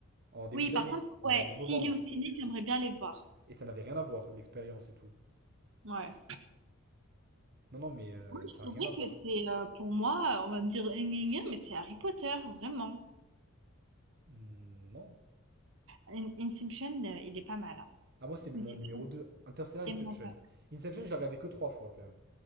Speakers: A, on the right; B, on the right.
A: en début
B: Oui,
A: d'année,
B: par contre,
A: en,
B: ouais,
A: en novembre.
B: s'il est au ciné, j'aimerais bien aller le voir.
A: Et ça n'avait rien à voir, l'expérience et tout.
B: Ouais.
A: Non, non, mais euh,
B: Moi, je
A: ça
B: dirais
A: n'a rien à voir.
B: que c'est, euh, pour moi, on va me dire gna gna gna, mais c'est Harry Potter, vraiment.
A: Hmm, non.
B: In- Inception, euh, il est pas mal. hein.
A: Ah, moi, c'est mon
B: Inception,
A: numéro 2, Interstellar
B: il
A: Inception.
B: est vraiment pas mal.
A: Inception, je l'ai regardé que trois fois, quand même,